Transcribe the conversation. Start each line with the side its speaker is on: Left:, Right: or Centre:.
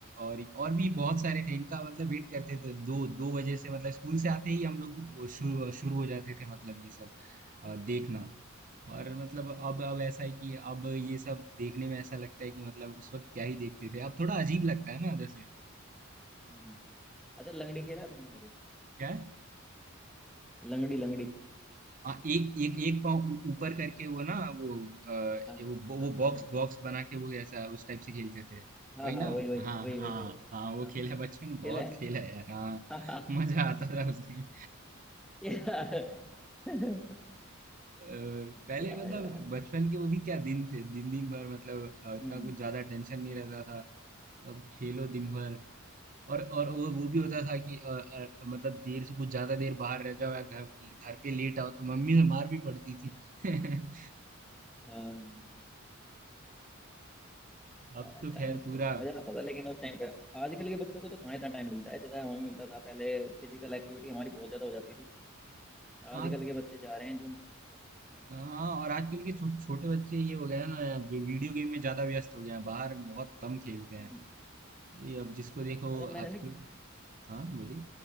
Right: और और भी बहुत सारे थे इनका मतलब वेट करते थे दो दो बजे से मतलब स्कूल से आते ही हम लोग वो शुरू शुरू हो जाते थे मतलब ये सब अ, देखना और मतलब अब अब ऐसा है कि अब ये सब देखने में ऐसा लगता है कि मतलब उस वक्त क्या ही देखते थे अब थोड़ा अजीब लगता है ना जैसे
Centre: हम्म। अच्छा लंगड़ी खेला है तुमने कभी
Right: क्या
Centre: लंगड़ी लंगड़ी
Right: हाँ एक एक एक पाँव ऊ- ऊपर करके वो ना वो अ,
Centre: हाँ
Right: ये वो
Centre: हाँ
Right: वो
Centre: हाँ
Right: बॉक्स
Centre: हाँ
Right: बॉक्स बना के वो ऐसा उस टाइप से खेलते थे
Centre: हाँ
Right: वही
Centre: हाँ
Right: ना
Centre: वही वही
Right: हाँ
Centre: वही वही
Right: हाँ
Centre: वही
Right: हाँ वो
Centre: हाँ
Right: खेला है बचपन में बहुत
Centre: खेला है
Right: खेला है यार हाँ
Centre: <laughs> हाँ हाँ
Right: मजा आता था उस गेम
Centre: क्या <laughs>
Right: पहले
Centre: क्या
Right: मतलब
Centre: यार
Right: बचपन के वो भी क्या दिन थे दिन दिन भर मतलब अ, इतना
Centre: हम्म
Right: कुछ ज्यादा टेंशन नहीं रहता था अब खेलो दिन भर और और वो वो भी होता था कि अ, अ, मतलब देर से कुछ ज्यादा देर बाहर रह जाओ या घर घर पे लेट आओ तो मम्मी से मार भी पड़ती थी <laughs>
Centre: हाँ यार
Right: अब तो
Centre: टाइम
Right: खैर
Centre: तो
Right: पूरा
Centre: मजा आता था लेकिन उस टाइम पे आजकल के बच्चों को तो कहाँ इतना टाइम मिलता है जैसा हमें मिलता था पहले फिजिकल एक्टिविटी हमारी बहुत ज्यादा हो जाती थी आजकल
Right: आज
Centre: के बच्चे जा रहे हैं जिम
Right: हाँ और आजकल के छो, छोटे बच्चे ये हो गया है ना वी- वीडियो गेम में ज्यादा व्यस्त हो गया है बाहर बहुत कम खेलते हैं
Centre: हम्म
Right: ये अब जिसको देखो
Centre: अच्छा मैंने
Right: आजकल
Centre: ना
Right: हाँ बोलिए